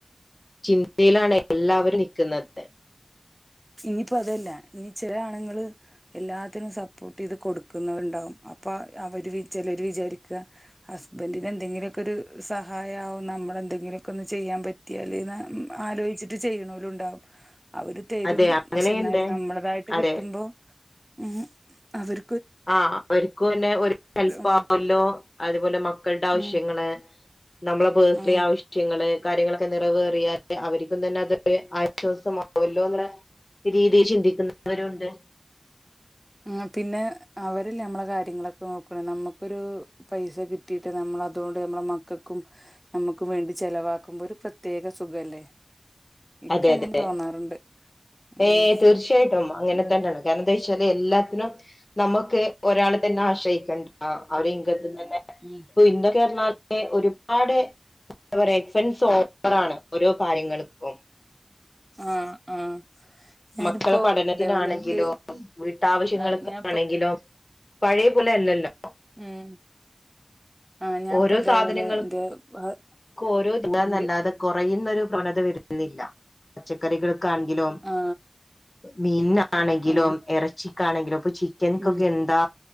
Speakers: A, on the left; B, on the right.
A: ചി ന്തയിലാണ് എല്ലാവരും നിക്കുന്നത് <unintelligible>
B: ഇനിപ്പോ അതല്ല ഇനി ചില ആണുങ്ങൾ എല്ലാത്തിനും സപ്പോർട്ട് ചെയ്ത് കൊടുക്കുന്നവരുണ്ടാവും അപ്പ അവര് ചിലര് വിചാരിക്ക ഹസ്ബൻറിന് എന്തെങ്കിലു ഒക്കൊരു ഒരു സഹായാവും നമ്മളെന്തെങ്കിലുമൊക്കെ ഒന്ന് ചെയ്യാൻ പറ്റിയാല് ന്ന് ആലോയിച്ചിട്ട് ചെയ്യണോലും ഉണ്ടാവും അവർ തരും
A: അതെ അങ്ങനെയുണ്ട്
B: പക്ഷെ എന്നാലും നമ്മളതായിട്ട്
A: അതെ
B: കിട്ടുമ്പോ ഉം അവർ
A: ആഹ് അവർക്കുംന്നെ ഒരു ഹെല്പ്പ്
B: ഉം
A: ആവല്ലോ അതുപോലെ മക്കളുടെ ആവശ്യങ്ങള്
B: ഉം
A: നമ്മള പേർസ്ണിലീ
B: ആഹ്
A: ആവശ്യങ ള് കാര്യങ്ങളൊക്കെ നിറവേറിയാല് അവർക്കും തന്നെ അതൊരു ആശ്വാസമാവൊല്ലോന്ന്ള്ള രീതീ ചിന്തിക്കുന്നവരൂണ്ട്
B: ഉം പിന്നെ അവരല്ലേ നമ്മളെ കാര്യങ്ങളൊക്കെ നോക്ക്ണ നമ്മുക്കൊരു പൈസ കിട്ടിയിട്ട് നമ്മൾ അതുകൊണ്ട് നമ്മള മക്കൾക്കും നമ്മുക്കും വേണ്ടി ചെലവാക്കുമ്പോ ഒരു പ്രത്യേക സുഖല്ലേ ഇക്ക്
A: അതെ
B: അങ്ങനെ
A: അതെ
B: തോന്നാറുണ്ട് ഉം
A: ഏ തീർച്ചയായിട്ടും അങ്ങനെ
B: ഒരു,
A: തന്നാണ് കാരണംന്താ ച്ചാല് എല്ലാത്തിനും നമക്ക് ഒരാളെ തന്നെ ആശ്രയിക്കണ്ട ആഹ് അവരെ ഇങ്കത്തിന്നെ
B: ഉം
A: ഇന്നൊക്കെ പർഞ്ഞാ ഒരുപാട് എന്താ പറയ എക്സ്പെൻസ് ഓവറാണ് ഓരോ കാര്യങ്ങളും ക്കും
B: ആഹ് ആഹ് ഞാനിപ്പോ
A: മക്കളെ പഠനത്തിനാണെങ്കിലോ
B: ഇതേപോലെ ഇൻക്ക്
A: വീട്ടാവശ്യങ്ങൾക്കാണെങ്കിലോ
B: ആ ഞാ ഇപ്പം
A: പഴയ പോലെ അല്ലല്ലോ
B: ഉം ആ ഞാൻപ്പോ
A: ഓരോ
B: ഇതേപോലെ
A: സാധനങ്ങൾ
B: എന്റെ ഭ-
A: ക്കോരോ ല്ലാതെ
B: എന്റെ
A: കുറയാ ന്നൊരു പ്രവണത വരുന്നില്ല പച്ചക്കറികൾ ക്കാണെങ്കിലും
B: ആ
A: മീൻനാണെങ്കിലും
B: ആ
A: എറച്ചി ക്കാണെങ്കിലും ഇപ്പൊ ചിക്കൻക്കൊക്കെ
B: ഉം
A: എന്താ